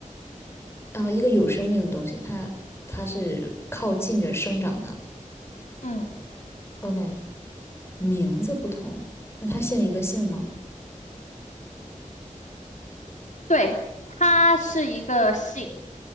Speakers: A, on the left; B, on the left.
A: 然后一个有生命的东西，它它是靠近着生长的。
B: 嗯，
A: OK，名字不同，那他姓一个姓吗
B: 对，它是一个姓。